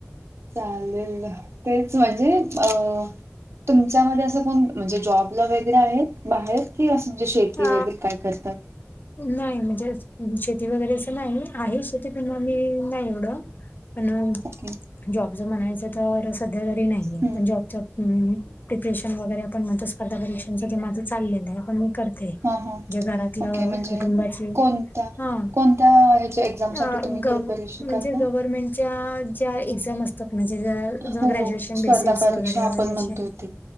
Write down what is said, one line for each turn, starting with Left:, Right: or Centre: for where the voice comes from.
Right: चालेल तेच म्हणजे, अ तुमच्यामध्ये असं कोण म्हणजे जॉबला वगैरे आहेत. बाहेर की असं म्हणजे, शेती
Left: अ
Right: वगैरे काय करतात.
Left: नाही म्हणजे, शेती वगैरे असं नाही आहे. शेती पना मी नाही एवढं. पण.
Right: ओके
Left: जॉबच म्हणायचं, तर सध्या तरी नाहीये.
Right: हम्म
Left: पण जॉबच डिप्रेशन वगैरे, पण स्पर्धा परीक्षांच्या माझं चालले आहे. ते म्हणजे,
Right: हां हां
Left: जे घरातलं
Right: ओके म्हणजे
Left: कुटुंबाची
Right: कोणत्या
Left: हा
Right: कोणत्या ह्याच्या एक्झामसाठी
Left: अ
Right: तुम्ही
Left: ग
Right: प्रिपरेशन
Left: म्हणजे,
Right: करता?
Left: गव्हर्मेंटच्या ज्या एक्झाम असतात म्हणजे ज
Right: हो
Left: तु ग्रॅज्युएशन
Right: हो स्पर्धा
Left: बेसिस
Right: परीक्षा
Left: वगैरे
Right: आपण
Left: वगैरे असे
Right: म्हणतो ते